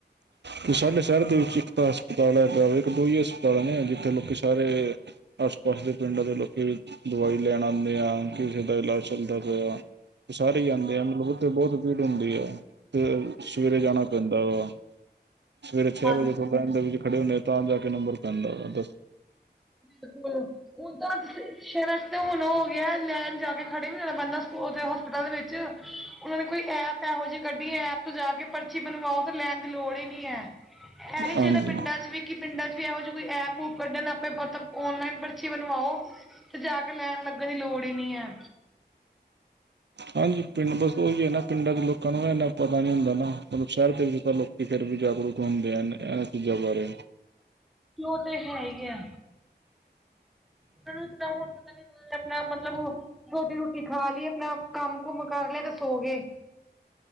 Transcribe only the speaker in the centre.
ਹਾਂਜੀ।
ਬਿਲਕੁਲ ਹੁਣ ਤਾਂ ਸ਼ਹਿਰਾ ਚ ਤੇ ਹੁਣ ਹੋ ਗਿਆ ਲੈਣ ਜਾ ਕੇ ਖੜੇ ਵੀ ਹੋਣਾ ਪੈਂਦਾ ਸਕੂਲ ਹੋਸਪਿਟਲ ਦੇ ਵਿੱਚ ਉਹਨਾਂ ਨੇ ਕੋਈ ਐਪ ਇਹੋ ਜਿਹੀ ਕੱਢੀ ਹੈ ਐਪ ਤੋਂ ਜਾ ਕੇ ਪਰਚੀ ਬਣਵਾਓ ਤੇ ਲੈਣ ਦੀ ਲੋੜ ਹੀ ਨੀ ਹੈ, ਇਹ ਹੀ ਚਾਹੀਦਾ
ਪਿੰਡਾਂ ਚ ਵੀ ਕਿ ਪਿੰਡਾਂ ਚ ਵੀ ਇਹੋ ਜਿ ਕੋਈ ਐਪ ਓਪ ਕੱਢਣ ਨਾਲ ਮਤਲਬ ਔਨਲਾਈਨ ਪਰਚੀ ਬਣਵਾਓ ਤੇ ਜਾ ਕੇ ਲੈਣ ਲੱਗਣ ਦੀ ਲੋੜ ਹੀ ਨੀ ਹੈ।
ਉਹ ਤੇ ਹੈ ਹੀ ਆ ਉਹਨੂੰ ਤੇ ਤਾਂ ਹੁਣ ਪਤਾ ਨ ਆਪਣਾ ਮਤਲਬ ਰੋਟੀ, ਰੋਟੀ ਖਾ ਲਈ ਆਪਣਾ ਕੰਮ ਕੁਮ ਕਰ ਲਿਆ ਤਾਂ ਸੋ ਗਏ।